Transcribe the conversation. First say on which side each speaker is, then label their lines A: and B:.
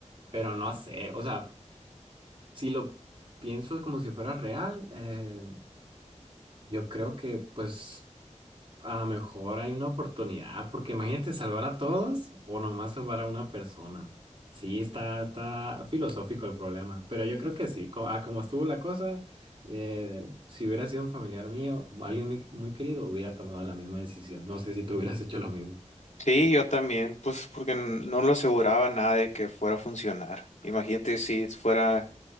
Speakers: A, on the right; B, on the left.
A: Pero no sé, o sea, si lo pienso como si fuera real, eh, yo creo que pues a lo mejor hay una oportunidad, porque imagínate salvar a todos o nomás salvar a una persona. Sí, está, está filosófico el problema, pero yo creo que sí, co- a como estuvo la cosa, eh, si hubiera sido un familiar mío, alguien muy, muy querido, hubiera tomado la misma decisión. No sé si tú hubieras hecho lo mismo.
B: Sí, yo también, pues porque n- no lo aseguraba nada de que fuera a funcionar. Imagínate si fuera